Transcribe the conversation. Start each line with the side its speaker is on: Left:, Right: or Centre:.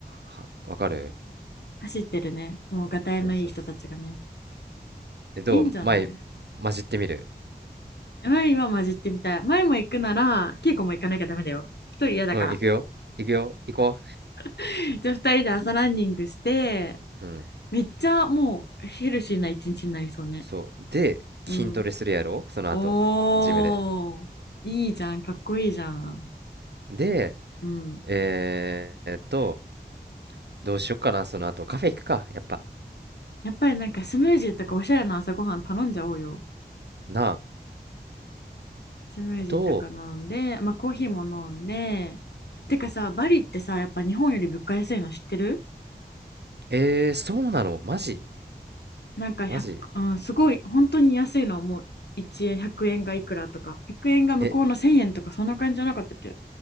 Right: は、わかる
Left: 走ってるね。もうガタイのいい人たちがね。
Right: そうそうそう。え、どう前、
Left: いいんじゃない
Right: 混じってみる
Left: 前今混じってみたい。前も行くなら、稽古も行かなきゃダメだよ。一人嫌だから
Right: うん、行くよ。行くよ。行こ
Left: <laughs>。じゃあ二人で朝ランニングして、
Right: う。うん。
Left: めっちゃもうヘルシーな一日になりそうね。
Right: そう。で、
Left: うん。
Right: 筋トレするやろその後、
Left: おー、
Right: ジムで。
Left: いいじゃん。かっこいいじゃん。
Right: で、
Left: うん。
Right: えーっと、どうしよっかな、その後。カフェ行くか、やっぱ。
Left: やっぱりなんかスムージーとかおしゃれな朝ごはん頼んじゃおうよ。
Right: なあ。
Left: スムージーとか飲んで、
Right: と、
Left: まあコーヒーも飲んで。てかさ、バリってさ、やっぱ日本より物価安いの知ってる
Right: えー、そうなのマジ
Left: なんか100、
Right: マジ
Left: うん、すごい本当に安いのはもう1円100円がいくらとか100円が向こうの1000円とかそんな感じじゃなかったっけ
Right: え、